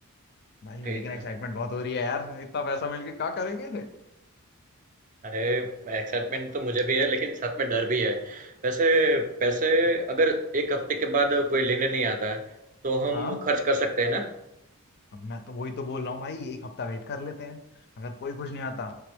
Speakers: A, on the left; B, on the right.
A: भाई
B: ठीक
A: लेकिन एक्साइटमेंट
B: है
A: बहुत हो रही है यार इतना पैसा मिलके क्या करेंगे
B: अरे एक्साइटमेंट तो मुझे भी है लेकिन साथ में डर भी है वैसे पैसे अगर एक हफ्ते के बाद कोई लेने नहीं आता है तो हम
A: हाँ
B: खर्च कर सकते हैं ना
A: अब मैं तो वही तो बोल रहा हूँ भाई एक हफ्ता वेट कर लेते हैं अगर कोई कुछ नहीं आता